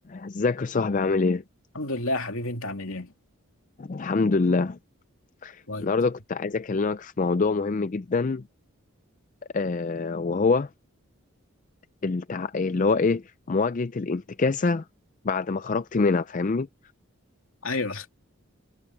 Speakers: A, on the left; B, on the left.
A: ازيك يا صاحبي عامل ايه؟
B: الحمد لله يا حبيبي انت عامل ايه؟
A: الحمد لله
B: كويس
A: النهارده كنت عايز اكلمك في موضوع مهم جدا آه وهو التع... اللي هو ايه مواجهة الانتكاسة بعد ما خرجت منها فاهمني؟
B: ايوه